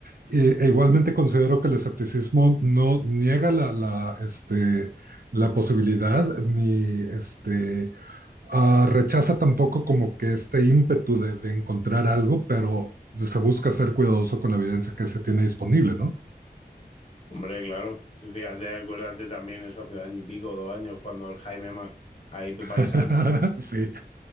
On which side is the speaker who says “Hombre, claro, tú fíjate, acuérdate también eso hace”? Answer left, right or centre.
Left